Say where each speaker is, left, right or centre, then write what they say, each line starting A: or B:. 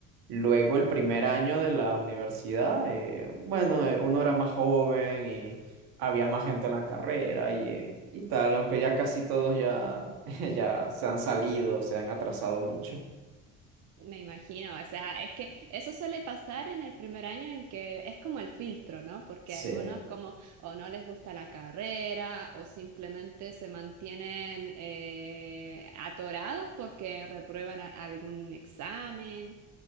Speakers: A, on the right; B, on the right.
A: Luego el
B: Ok,
A: primer
B: nice.
A: año de la universidad, eh, bueno, eh, uno era más joven había más gente en la carrera y, eh, y tal, aunque ya casi todos ya, <laughs> ya se han salido, se han atrasado mucho.
B: Me imagino, o sea, es que eso suele pasar en el primer año en que es como el filtro, ¿no? Porque
A: Sí,
B: a algunos como o no les gusta la carrera o simplemente se mantienen eh, atorados porque reprueban a- algún examen.